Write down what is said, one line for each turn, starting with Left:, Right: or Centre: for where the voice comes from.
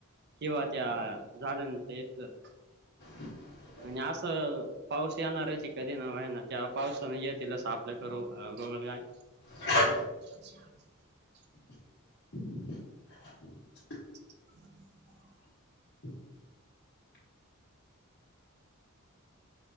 Right: किंवा त्या झाडांचा येतीलच
Left: <unintelligible>
Right: आणि असं पाऊस येणार आहेची कधी नव आहे ना त्या पावसाने येतील असं आपल्याक ग, काय?
Left: ह <inaudible>
Right: अच्छा <unintelligible> ह